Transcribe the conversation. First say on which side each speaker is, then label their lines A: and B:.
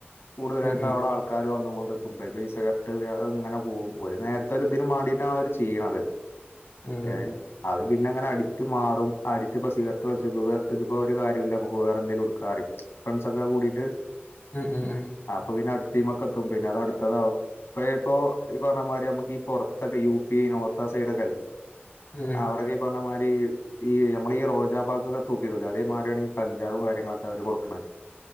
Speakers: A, on the left; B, on the left.
A: കൂടുതലായിട്ടും
B: ഉം ഉം ഉം
A: അവ്ടെ ആൾ ക്കാര് വന്നോണ്ട്ക്കും പറിമ്പം ഈ സിഗരറ്റ് ഏഹ് അങ്ങനെ പോവും ഒല്, നേരത്തെ ഒരുതിനും മാണ്ടിട്ടാണ് അവര് ചെയ്യ്ണത്.
B: ഉം
A: ഏഹ് അത് പിന്നങ്ങനെ അഡിറ്റ് മാറും അഡിറ്റ്പ്പ സിഗ ഗരറ്റ് വലിച്ചിട്ട് ഇതിപ്പോ ഒരു കാര്യുല്ല നമുക്ക് വേറെ എന്തേലും എടുക്കാൻ അറിം ഫ്രണ്ട്സൊക്കെ കൂടിട്ട്
B: ഹ്മ്മ് ഹ്മ്മ് ഹ്മ്മ്
A: അപ്പൊ പിന്നെ അടുത്തിമക്കത്തും പിന്നെ അതടുത്തതാവും. ഇപ്പ ഇപ്പൊ പറഞ്ഞമാരി നമുക്ക് ഈ പൊറത്തൊക്കെ യു പി നോർത്ത് ആ സൈഡക്കല്ലേ
B: ഉം
A: അവടെക്കെ ഈപറഞ്ഞ മാരി ഈ നമ്മളെ ഈ റോജ പാക്കൊക്കെ തൂക്കിടുലേ അതേ മാതിരിയാണ് ഈ കഞ്ചാവും കാര്യങ്ങളൊക്കെ അവര് കൊട്ക്ക്ണേ